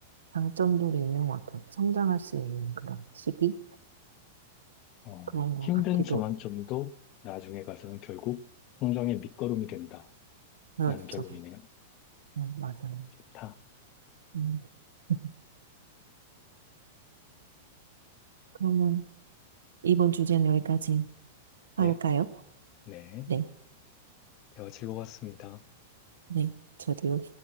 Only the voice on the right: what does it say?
장점들이 있는 것 같아요. 성장할 수 있는 그런 시기?
그런 것
같기도
그렇죠.
음, 맞아요.
음. <laughs> 그러면 이번 주제는 여기까지 할까요?
네,
네, 저도요.